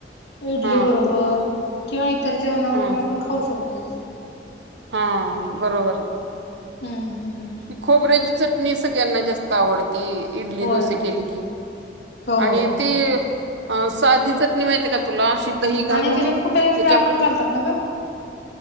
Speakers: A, on the left (about 75°); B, on the right (about 80°).
A: इडली
B: हा
A: बरोबर किंवा इतर जेवणामध्ये
B: हा
A: पण आपण
B: हा
A: खाऊ शकतोय ती
B: हा बरोबर
A: हम हम हम
B: ती खोबऱ्याची चटणी सगळ्यांना जास्त आवडती इडली
A: होय
B: डोसे
A: होय.
B: केले की
A: हो
B: आणि ती अ, साधी चटणी माहितीये का तुला, अशी दही घालून,
A: आणि त्याच्यात
B: त्येच्या
A: फुटाण्याची डाळ पण घालतात ना गं?